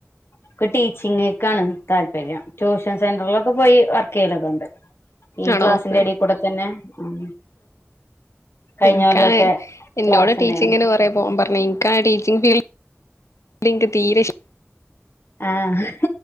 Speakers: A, on the left; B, on the left.
A: ഒക്കെ ടീച്ചിങ്ങ്ക്കാണ് താല്പര്യം ട്യൂഷൻ സെന്റർലൊക്കെ പോയി വർക്കയ്യലൊക്കെണ്ട് ഈ
B: ആണോ
A: ക്ലാസ്സിന്റെ
B: ആ
A: എടീക്കൂടെതന്നെ ഉം കഴിഞ്ഞ
B: ഇൻക്കാണെയ്
A: കൊല്ലൊക്കെ
B: ഇന്നോട്
A: ക്ലാസ് ഉണ്ടായിരുന്നു
B: ടീച്ചിങ്ങിന് കൊറെ പോകാൻ പർ ഇൻക്കാണെ ടീച്ചിങ് ഫീൽഡ് തീരെ ഇഷ്
A: ആഹ്